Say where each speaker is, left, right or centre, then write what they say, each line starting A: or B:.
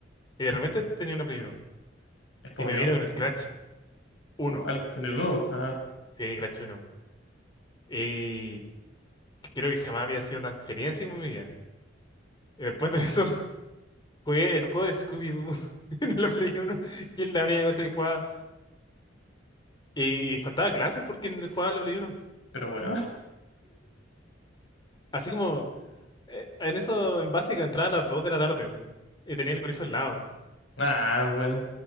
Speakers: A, on the left; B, on the left.
A: Y de repente tenía una Play uno
B: Spawneó.
A: Y me vino con el Crash uno
B: ¿Con cuál? Con el uno Ah,
A: Sí, Crash uno Y creo que jamás había sido tan feliz así como en mi vida. Y después de eso, <laughs> jugué el juego de Scooby-Doo <laughs> en la Play uno que es la única cosa que jugaba. Y faltaba clases porque no jugaba en la Play uno
B: pero bueno.
A: Así como, eh, en eso, en básica, entraba a las 2 de la tarde. mm, Y tenía el colegio al lado.
B: Ah, bueno.